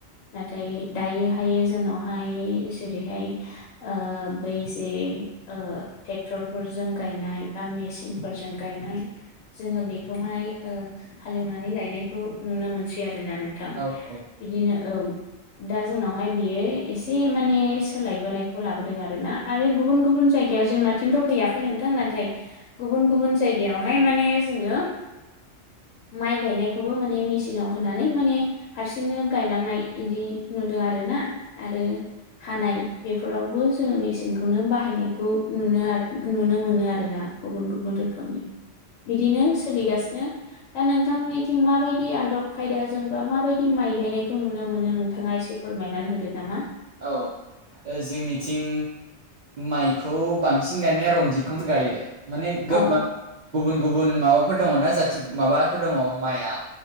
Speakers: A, on the left (about 75°); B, on the right (about 80°).
A: नाथाय दायोहाय जोंनावहाय जेरैहाय ओ बै जे ओ ट्रेक्टरफोरजों गायनाय बा मेसि सिन फोरजों गायनाय जोङो बेखौहाय ओ हालेवनानै गायनायखौ नुनो मोनसै आरो ना नोंथां।
B: औ औ।
A: बिदिनो ओं। दा जोंनावहाय बेयो एसे माने सोलायबोनायखौ खौ लाबोदों आरो ना, आरो गुबुन गुबुन जायगायाव जोंनाथिंथ' फैयाखै नोंथां नाथाय गुबुन गुबुन जायगायावहाय माने जोङो माइ गायनायखौबो माने मेसिनाव होनानै माने हारसिंनो गायलांनाय इदि नुदों आरो ना आरो हानाय बे फोरावबो जोङो मेसिनखौनो बाहायनायखौ नुनो आरो नुनो मोनो आरोना गुबुन गुबुन रोखोम खोमनि बिदिनो सोलिगासिनो। दा नोंथांमोननिथिं माबायदि आदब खायदाजों बा माबायदि माइ गायनायखौ नुनो मोनो नोंथाङा एसे फोरमायनानै होदो नामा।
B: औ। ओ जोंनिथिं माइखौ बांसिन गायनाया रनजितखौनो गायो। माने
A: औ
B: गुबुन गुबुन माबाफोर दङना जाथि माबाफोर दङ माइआ।